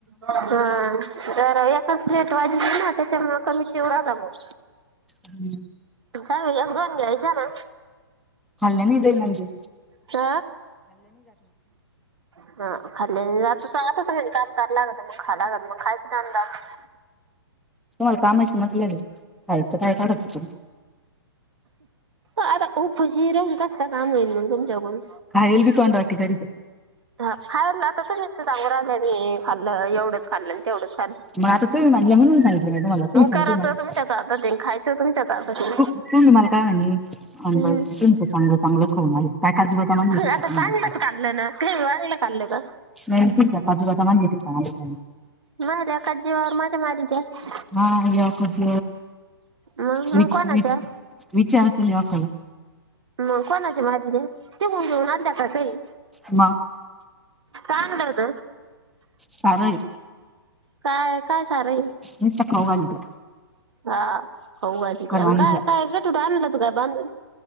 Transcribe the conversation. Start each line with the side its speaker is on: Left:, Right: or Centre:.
Right: हा तर एच प्लेट वाजली ना त्याच्यामु कमी शव राहता मग.
Centre: हम्
Right: चा वेळेला गन घ्यायचं ना.
Centre: खाल्ल्याने येते एनर्जी.
Right: च <unintelligible>
Centre: तुम्हाला कामाशी म्हटले खायचं काय काढत तु.
Right: आता उफुशी राहून कस का काम होईल मग तुमच्याकून.
Centre: काय हेल् बिकॉड वाटी खरी.
Right: हा खायला आता नस्त चांगू राहिलंय मी खाल्लं एवढंच खाल्लं तेवढंच खाल्लंय.
Centre: मग आता तुम्ही म्हांड म्हणून सांगितले म त मला तुम्ही सांगले
Right: करायचं
Centre: म त
Right: तुमच्याच हातात आहे आणि खायचं तुमच्याच हातात आहे
Centre: तुम् मला. <unintelligible> का आणि अनुभ
Right: हम्म.
Centre: तुमचं चांगल. चांगलं खऊन आ काय काजी बेटा म्हू शकता
Right: आता चांगलंच
Centre: तुला.
Right: खाल्लं ना काही वांगलं खाल्लं का
Centre: नाहीकीच आहे काजू कता मण घेेत काण पा ना.
Right: माझ्याच अका जीवावर माझ मारी द्या. <unintelligible>
Centre: हा यावकत
Right: मग मग
Centre: विच
Right: कोणाच्या
Centre: विच विचारचल या काळ.
Right: मग कोणाचे मझने शिकून घेऊन अध्या का काही.
Centre: म
Right: काय म्हडत
Centre: सारय
Right: काय काय सारा आहे?
Centre: म चप हो <unintelligible>
Right: हा हो का तिथे आणि
Centre: मानत्या
Right: काय काय तुठे आणलं तू काय बांधून